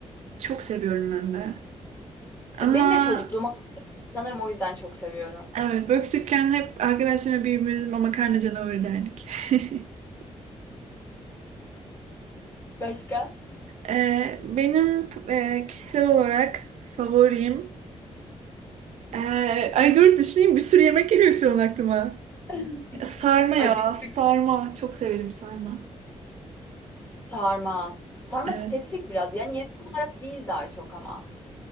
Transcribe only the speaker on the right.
çok seviyorum ben de. Ama
evet böyle küçükken hep arkadaşlarımla birbirimize makarna canavarı derdik. <laughs>
E, benim e, kişisel olarak favorim. e, ay dur düşüneyim bir sürü yemek geliyor şu an aklıma.
Sarma ya
sarma. Çok severim sarma.
Evet.